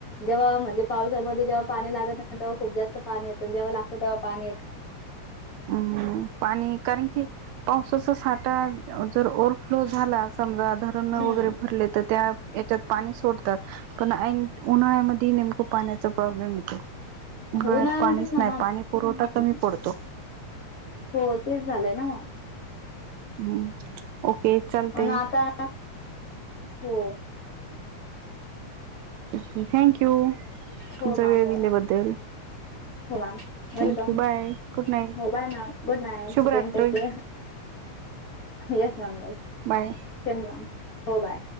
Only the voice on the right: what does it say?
हम् पाणी कारण की पावसाचा साठा जर ओव्हरफ्लो झाला समजा धरण वगैरे
भरले तर त्या येतात पाणी सोडतात पण ऐन उन्हाळ्यामध्ये नेमकं पाण्यात चा प्रॉब्लेम येतो, उन्हाळ्यात
पाणीच
नाही
पाणी पुरवठा
कमी पडतो.
हम्म ओक चालतंय.
ओके थँक यू
तुमचा
वेळ
दिल्याबद्दल.
thank you bye good night
शुभरात्री
bye.